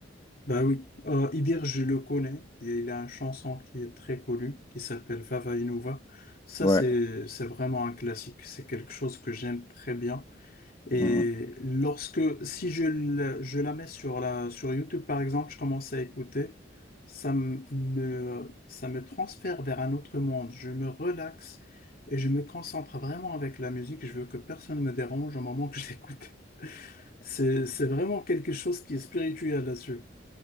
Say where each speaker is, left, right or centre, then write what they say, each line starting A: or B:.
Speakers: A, on the left; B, on the left.
A: Bah oui, euh, Idir, je le connais. Il a une chanson qui est très connue, qui s'appelle Vava Inuva. Ça,
B: Ouais.
A: c'est, c'est vraiment un classique. C'est quelque chose que j'aime très bien. Et
B: Mm, mm.
A: lorsque, si je, la- je la mets sur la, sur YouTube, par exemple, je commence à écouter, ça m- me, ça me transfère vers un autre monde. Je me relaxe et je me concentre vraiment avec la musique. Je veux que personne me dérange au moment que <laughs> j'écoute. C'est, c'est vraiment quelque chose qui est spirituel là-dessus.